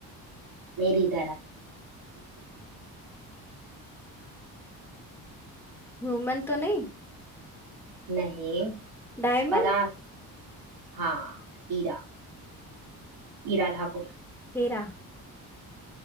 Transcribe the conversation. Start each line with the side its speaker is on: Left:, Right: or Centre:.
Right: मेरी तरह
Centre: ह्यूमन तो नहीं
Right: नहीं
Centre: डायमंड
Right: पता हाँ हीरा हीरा ठाकुर
Centre: हीरा